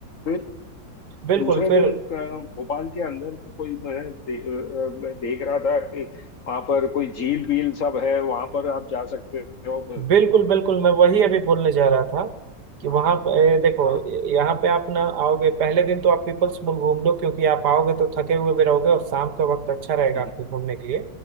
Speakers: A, on the left; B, on the right.
A: फिर
B: बिल्कुल
A: दूसरे
B: फिर
A: दिन क- भोपाल के अंदर कोई मैं दे, अ, मैं देख रहा था कि वहां पर कोई झील बील सब है वहां पर आप जा सकते हो मैं-
B: बिल्कुल बिल्कुल मैं वही अभी बोलने जा रहा था कि वहां
A: हाँ
B: पे देखो
A: हाँ
B: यहाँ पे आप ना आओगे पहले दिन तो आप पीपल्स मॉल घूम लो क्योंकि आप आओगे तो थके हुए भी रहोगे और शाम का वक्त अच्छा रहेगा
A: हम्म
B: आपके घूमने के लिए